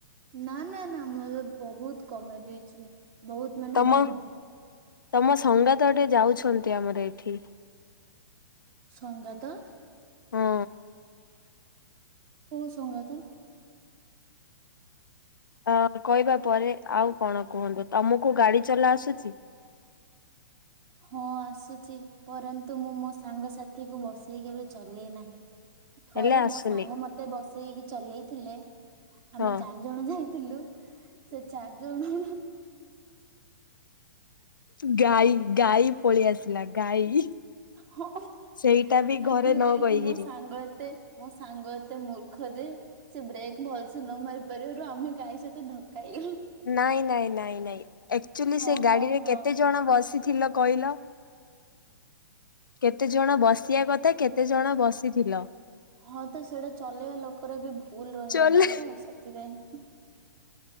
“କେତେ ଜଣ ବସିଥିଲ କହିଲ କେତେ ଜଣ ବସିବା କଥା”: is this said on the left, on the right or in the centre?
Left